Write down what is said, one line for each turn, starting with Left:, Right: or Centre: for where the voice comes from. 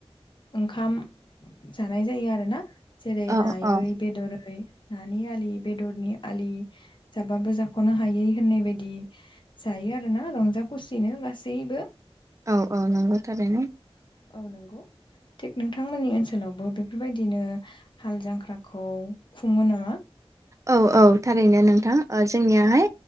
Left: ओंखाम जानाय जायो आरो ना जेरै
Right: औ
Left: नायै
Right: औ
Left: बेदरै नानि आलि बेदरनि आलि जाबाबो जाख'नो हायै होननाय बायदि जाय आरो ना रंजा खुसिनो गासैबो
Right: औ औ नंगौ थारैनो।
Left: औ नंगौ थिग नोंथांमोननि ओनसोलावबो बेफोरबायदिनो हाल जांख्राखौ खुङो नामा?
Right: औ औ थारैनो नोंथां जोंनियाहाय